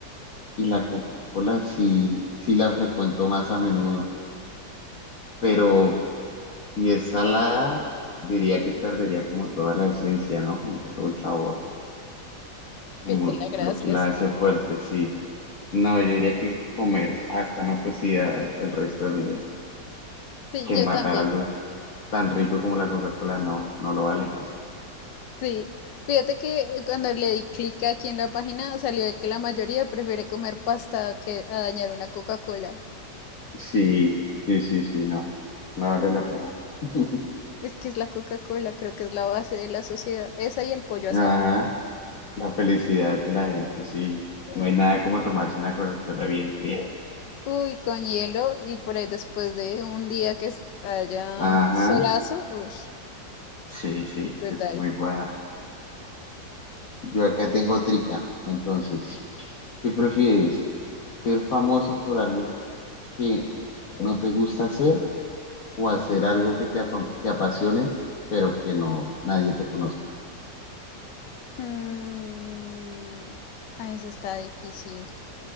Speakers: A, on the left; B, on the left.
A: Y la Coca-Cola sí, sí la frecuento más a menudo, pero si es salada, diría que perdería como toda la esencia, ¿no? Como que todo el sabor. como
B: Pierde la gracia,
A: lo que la
B: sí.
A: hace fuerte, sí. No, yo diría que comer pasta no cocida el resto de mi vida,
B: Sí,
A: que
B: yo
A: matar
B: también,
A: algo tan rico como la Coca-Cola, no, no lo vale.
B: sí. Fíjate que cuando le di clic aquí en la página salió de que la mayoría prefiere comer pasta que a dañar una Coca-Cola.
A: Sí, sí, sí, sí, no, no vale la pena. <laughs>
B: Es que es la Coca-Cola, creo que es la base de la sociedad. Esa y el pollo
A: Ajá,
B: asado.
A: la felicidad de la gente, sí.
B: Uy,
A: No hay nada como tomarse una Coca-Cola bien fría.
B: uy, con hielo y por ahí después de un día que es- haya
A: Ajá,
B: un solazo, uy,
A: sí, sí,
B: brutal.
A: es muy buena. Yo acá tengo trica, entonces, ¿qué prefieres? ¿Ser famoso por algo que no te gusta hacer o hacer algo que te, apa- te apasione, pero que no nadie te conozca.
B: Mm, eso está difícil,